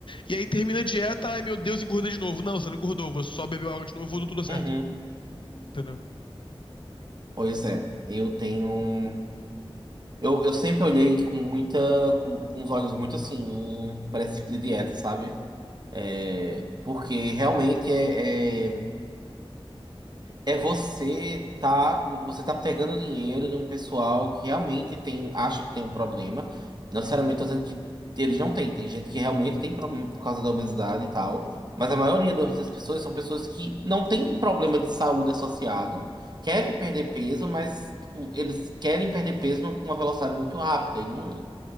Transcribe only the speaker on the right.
Uhum.
Pois é, eu tenho. um- Eu, eu sempre olhei com muita. Com, com os olhos muito assim, hum, pra esse tipo de dieta, sabe? É, porque realmente é, é é você tá, você tá pegando dinheiro de um pessoal que realmente tem, acha que tem um problema. Não necessariamente tô dizendo que eles não têm, tem gente que realmente tem problema por causa da obesidade e tal, mas a maioria das pessoas são pessoas que não têm problema de saúde associado, querem perder peso, mas tipo, eles querem perder peso numa velocidade muito rápida. E não,